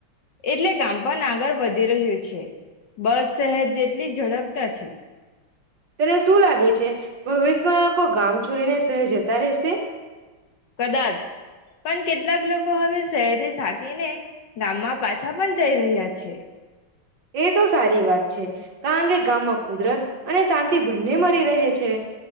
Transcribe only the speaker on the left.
એટલે ગામ પન આગળ વધી રહ્યું છે. બસ, શહેર જેટ ટલી ઝડપ નથી.
કદાચ, પણ કેટલાક લોકો હવે શહેરથી થાકીને ગામમાં પાછા પન જઈ રહ્યા છે.